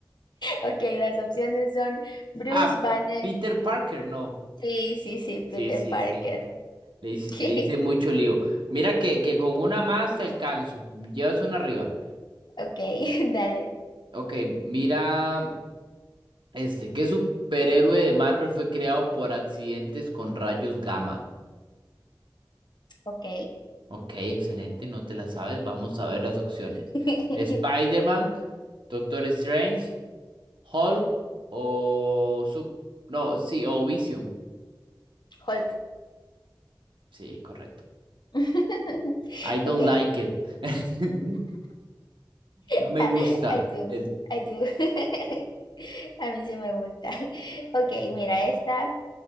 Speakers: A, on the left; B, on the right.
A: Ok, las opciones son Bruce
B: Ah,
A: Banner.
B: Peter Parker, no.
A: Sí, sí, sí, Peter
B: Sí, sí,
A: Parker.
B: sí. Le hice,
A: <laughs>
B: le hice mucho lío. Mira que, que con una más te alcanzo. Llevas una arriba.
A: Ok, <laughs> dale.
B: Ok, mira. Este, ¿qué superhéroe de Marvel fue creado por accidentes con rayos gamma?
A: Ok.
B: Ok, excelente, no te la sabes. Vamos a ver las opciones.
A: <laughs>
B: Spider-Man, Doctor Strange, Hulk o Sup- no, sí, o Vision.
A: Hulk.
B: Sí, correcto.
A: <laughs>
B: I don't
A: Ok,
B: like it. <laughs>
A: <laughs>
B: No me
A: Ah,
B: gusta.
A: I do,
B: El...
A: I do. <laughs> A mí sí me gusta. <laughs>
B: <laughs>
A: Ok, mira, esta